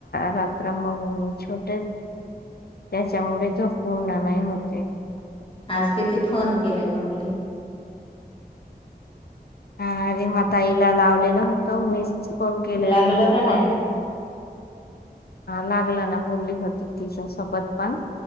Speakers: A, on the left (about 70°); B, on the left (about 30°).
A: रात्र मग छोटे त्याच्यामुळे झोप पूर्ण नाही होतय.
B: आज किती फोन केले कमली
A: अ-अ रिमाताईला लावलेल होतो मी कोण गेलेलं
B: लागलं
A: होत
B: का नाही
A: कॉल लागलं ना बोलली होती तिच्या सोबत पण